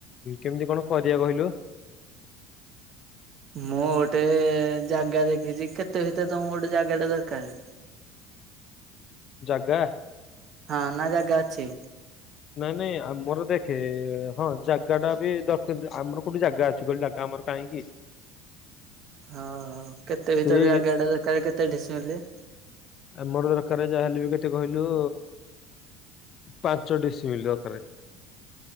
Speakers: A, on the left; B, on the right.
A: କେମିତି କଣ କରିବା କହିଲୁ?
B: ମୁଁ ଗୋଟେ ଜାଗା ଦେଖିଛି, କେତେ ଭିତରେ ତମୁ ଗୋଟେ ଜାଗା ଟା ଦରକାର୍?
A: ଜାଗା?
B: ହଁ ନା ଜାଗା ଅଛି?
A: ନାଇଁ ନାଇଁ ଆମର ଦେଖେ, ହଁ ଜାଗା ଟା ବି ଦର୍ ଆମର କୋଉଠି ଜାଗା ଅଛି କହିଲୁ ଜାଗା ଆମର କାହିଁକି?
B: ହଁ ହ କେତେ ଭିତରେ
A: ସେଇ
B: ଜାଗା ଟା ଦରକାର୍ କେତେ ଡିସି ମିଲି?
A: ଆମର ଦରକାର୍ ଯାହେଲେ ବି କେତେ କହିଲୁ? ପାଞ୍ଚ ଡିସି ମିଲି ଦରକାର୍।